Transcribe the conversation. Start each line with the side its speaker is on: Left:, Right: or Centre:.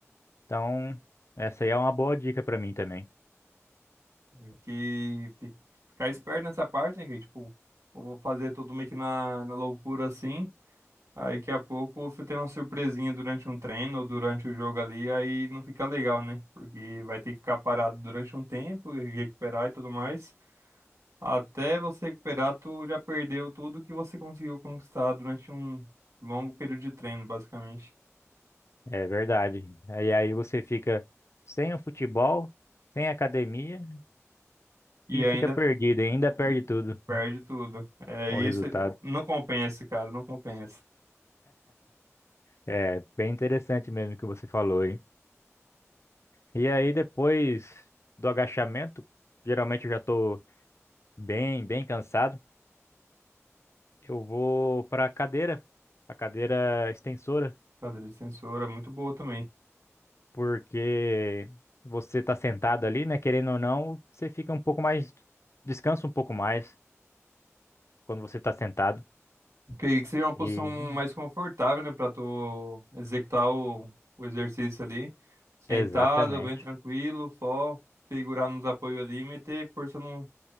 Left: então essa aí é uma boa dica pra mim também.
Right: É que fi- ficar esperto nessa parte, né? Que tipo, eu vou fazer tudo meio que na, na loucura assim. Aí daqui a pouco você tem uma surpresinha durante um treino ou durante o jogo ali, aí não fica legal, né? Porque vai ter que ficar parado durante um tempo, e recuperar e tudo mais. Até você recuperar, tu já perdeu tudo que você conseguiu conquistar durante um longo período de treino, basicamente.
Left: É verdade. aí aí você fica sem o futebol, sem academia
Right: E
Left: e
Right: ainda
Left: fica perdido, e ainda perde
Right: E
Left: tudo
Right: perde tudo. É
Left: o,
Right: isso,
Left: o resultado.
Right: não compensa, cara, não compensa.
Left: É bem interessante mesmo o que você falou, hein? E aí, depois do agachamento, geralmente eu já tô bem, bem cansado. Eu vou para a cadeira, a cadeira extensora,
Right: Cadeira de sensor é muito boa também.
Left: porque você tá sentado ali, né? Querendo ou não, você fica um pouco mais, descansa um pouco mais quando você tá sentado.
Right: Creio que seja uma posição
Left: E
Right: mais confortável, né, para tu executar o, o exercício ali, sentado,
Left: exatamente.
Right: bem tranquilo, só segurar nos apoios ali e meter força no,